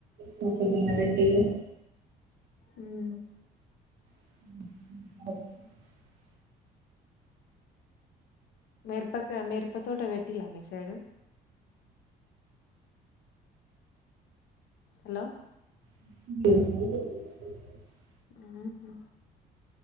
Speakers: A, on the right; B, on the left.
A: మ పెద్దన్న దగ్గర్లో
B: ఉహ్
A: <inaudible>
B: మిర్పాక మిరప తోట వెట్టిలా మీ సైడు హలో
A: <unintelligible>
B: ఉహు